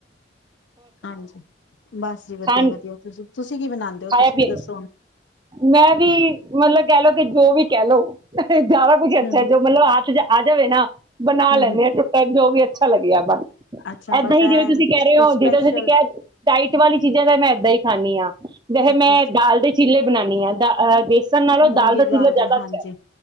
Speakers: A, on the left; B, on the right.
A: ਹਾਂਜੀ ਬਸ ਜੀ ਵਧੀਆ
B: ਖਾਣ
A: ਵਧੀਆ ਤੁਸੀਂ ਕੀ ਬਣਾਉਂਦੇ ਹੋ
B: ਖਾਇਆ
A: ਤੁਸੀਂ
B: ਫੇਿਰ
A: ਵੀ ਦੱਸੋ ਹੁਣ
B: ਮੈਂ ਵੀ ਮਤਲਬ ਕਹਿ ਲਓ ਕਿ ਜੋ ਵੀ ਕਹਿ ਲਓ ਸਾਰਾ ਕੁਛ ਅੱਛਾ
A: ਹੂੰ ਹੂੰ
B: ਜੋ ਮਤਲਬ ਆ ਆਜ ਜਵੇ ਨਾ ਬਣਾ
A: ਹੂੰ
B: ਲੈਂਦੇ
A: ਹੂੰ
B: ਆ ਚਟ ਜੋ ਵੀ ਅੱਛਾ ਲੱਗਿਆ ਬਸ
A: ਅੱਛਾ
B: ਇੱਦਾਂ
A: ਬਟੈਨ
B: ਹੀ ਜਿਵੇਂ ਤੁਸੀਂ ਕਹਿ ਰਹੇ
A: ਕੋਈ
B: ਹੋ
A: ਸਪੈਸ਼ਲ
B: ਜ ਤੁ ਕਹਿ ਡਾਈਟ ਵਾਲੀ ਚੀਜ਼ਾਂ ਤਾਂ ਮੈਂ ਇੱਦਾਂ ਹੀ ਖਾਂਦੀ ਹਾਂ ਵੈਸੇ
A: ਅੱਛਾ
B: ਮੈਂ
A: ਅੱਛਾ
B: ਦਾਲ ਦੇ ਚੀਲੇ ਬਣਾਉਾਨਦੀ ਹਾਂ ਦਹ ਬੇਸਣ ਨਾਲੋਂ
A: ਮੂੰਗੀ
B: ਦਾਲ ਦਾ
A: ਦੀ
B: ਚੀ੍ਹਲਾ ਜ਼ਿਆਦਾ
A: ਦੇ ਹਾਂਜੀ
B: ਅੱਛਾ ਹੈ